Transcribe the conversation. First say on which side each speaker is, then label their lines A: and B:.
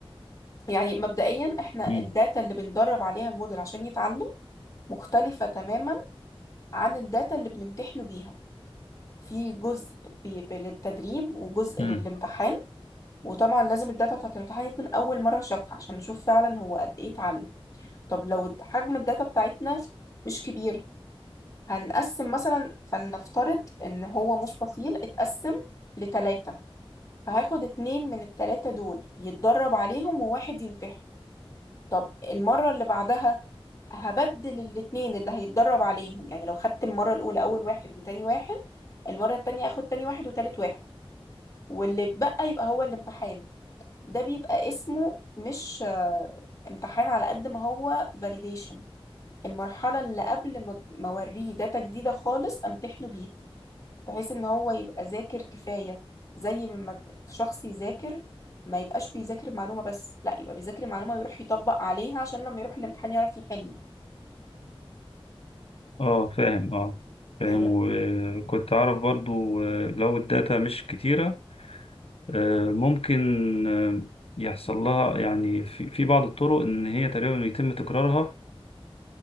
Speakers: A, on the left (about 35°); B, on the left (about 75°).
A: يعني مبدئيا احنا
B: مم.
A: الداتا اللي بندرب عليها الموديل عشان يتعلم مختلفة تماما عن الداتا اللي بنمتحنه بيها في جزء بي- بي- للتدريب وجزء
B: مم.
A: للامتحان وطبعا لازم الداتا بتاعت الامتحان يكون أول مرة شافها عشان نشوف فعلا هو قد إيه اتعلم طب لو الد- حجم الداتا بتاعتنا مش كبير هنقسم مثلا فلنفترض إن هو مستطيل اتقسم لتلاتة فهاخد اتنين من التلاتة دول يتدرب عليهم وواحد يمتحن طب المرة اللي بعدها هبدل الاتنين اللي هيتدرب عليهم يعني لو خدت المرة الأولى أول واحد وتاني واحد المرة التانية هاخد تاني واحد وتالت واحد واللي اتبقى يبقى هو الامتحان ده بيبقى اسمه مش آه، امتحان على قد ما هو validation المرحلة اللي قبل ما ما اوريه داتا جديدة خالص امتحنه بيها بحيث ان هو يبقى ذاكر كفاية زي ما الشخص يذاكر ما يبقاش بيذاكر معلومة بس لا يبقى بيذاكر معلومة ويروح يطبق عليها عشان لما يروح الامتحان يعرف يحل
B: اه فاهم اه فاهم
A: ايوه
B: وكنت أعرف برضو آه، لو الداتا مش كتيرة آه، ممكن آه، يحصل لها يعني في في بعض الطرق إن هي تقريبا يتم تكرارها آه،